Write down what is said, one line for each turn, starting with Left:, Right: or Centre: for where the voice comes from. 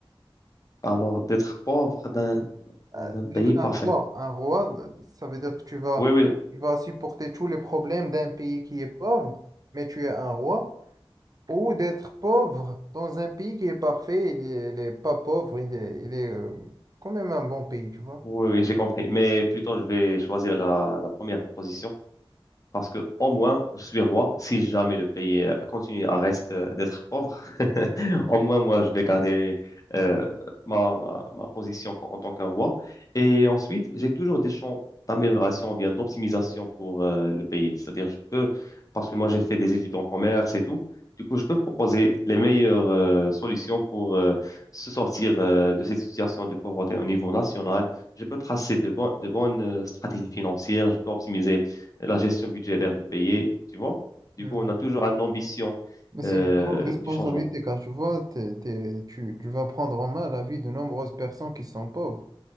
Left: Alors, d'être pauvre d'un- dans
Right: Euh,
Left: un
Right: D'être
Left: pays parfait.
Right: un roi, un roi, euh, ça veut dire que tu vas,
Left: Oui, oui,
Right: tu vas supporter tous les problèmes d'un pays qui est pauvre, mais tu es un roi. Ou d'être pauvre dans un pays qui est parfait, il est, il est pas pauvre, il est, il est euh, quand même un bon pays, tu vois?
Left: oui, oui, j'ai compris. Mais plutôt, je vais choisir la, la première proposition. Parce que au moins, je suis roi. Si jamais le pays euh, continue à reste euh, d'être pauvre, <laughs> au moins moi, je vais garder euh, ma, ma- ma position en, en tant qu'un roi. Et ensuite, j'ai toujours des champs d'amélioration ou bien d'optimisation pour euh, le pays. C'est-à-dire, je peux, parce que moi, j'ai fait des études en commerce et tout. Du coup, je peux proposer les meilleures euh, solutions pour euh, se sortir euh, de cette situation de pauvreté au niveau national. Je peux tracer de, bon- de bonnes euh, stratégies financières. Je peux optimiser euh, la gestion budgétaire du pays, tu vois. Du
Right: Ouais.
Left: coup,
Right: ok.
Left: on a toujours une ambition
Right: Mais c'est
Left: euh,
Right: une grande responsabilité
Left: du changement.
Right: car tu vois, t'es- t'es- tu, tu vas prendre en main la vie de nombreuses personnes qui sont pauvres.